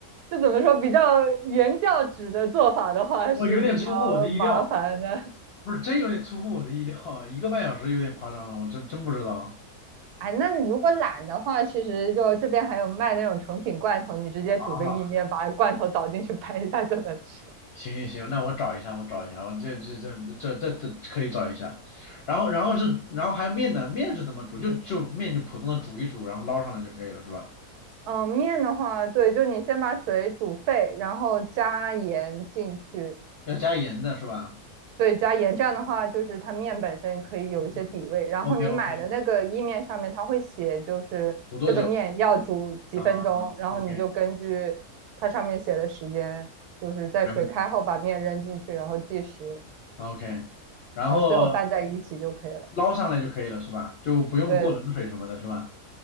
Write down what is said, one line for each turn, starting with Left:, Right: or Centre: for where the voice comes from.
Right: 就怎么说，比较原教旨的做法的话是比较麻烦的。
Left: 我有点出乎我的意料，不是真有点出乎我的意料，一个半小时有点夸张了，我真真不知道
Right: 哎，那你如果懒的话，其实就这边还有卖那种成品罐头，你直接煮个意面，
Left: 啊。
Right: 把罐头倒进去拌一下就能吃。
Left: 行行行，那我找一下，我找一下，我这这这这这这可以找一下。然后然后是然后还有面呢，面是怎么煮？就就面就普通的煮一煮，然后捞上来就可以了，是吧？
Right: 嗯，面的话，对，就是你先把水煮沸，然后加盐进去，
Left: 要加盐的是吧？
Right: 对，加盐这样的话，就是它面本身可以有一些底味。
Left: 嗯嗯。
Right: 然后你买的那个意面上面，
Left: OK OK，
Right: 它会写就是这个面要煮几分钟，
Left: 煮多久？啊？
Right: 然后你就根据它上面写的时间，
Left: OK，
Right: 就是在水开后把面扔进去，
Left: 没问题。
Right: 然后计时，
Left: OK，然后
Right: 然后最后拌在一起就可以了。
Left: 捞上来就可以了，是吧？就不用过冷水什么的，
Right: 对，
Left: 是吧？